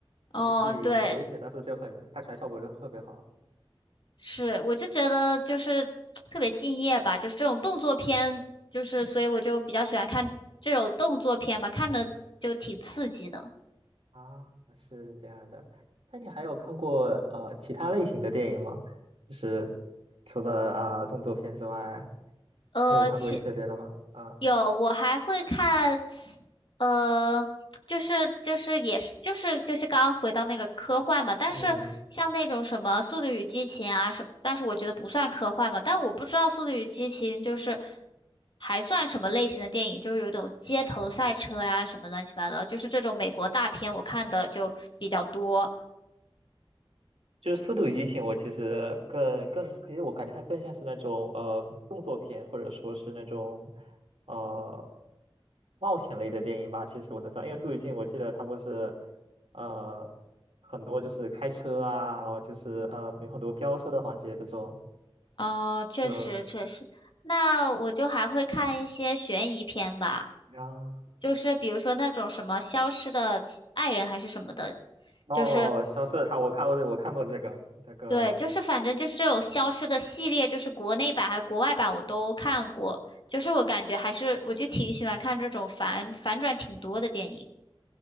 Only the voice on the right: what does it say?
就是剧很危险，
但是就很拍出来效果就特别好
啊，是这样的。那你还有看过呃其他类型的电影吗？就是除了啊、呃动作片之外，
你有看过一些别的吗？
啊，
嗯。
就是《速度与激情》，我其实更更，其实我感觉它更像是那种呃动作片，或者说是那种呃冒险类的电影吧。其实我能算，因为《速度与激情》，我记得它不是呃很多就是开车啊，然后就是呃有很多飙车的环节这种，
就
然
后哦消失的他，
我看过这我看过这个那个